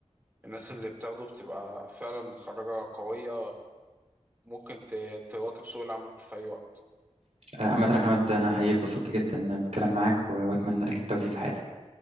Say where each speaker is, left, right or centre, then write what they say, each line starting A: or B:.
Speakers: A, on the right (about 15°); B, on the right (about 75°).
A: الناس اللي بتاخده بتبقى فعلا متخرجة قوية وممكن ت- تواكب سوق العمل في اي وقت
B: آه، عامة يا محمد انا حقيقي اتبسطت جدا بالكلام معاك و- واتمنى لك التوفيق في حياتك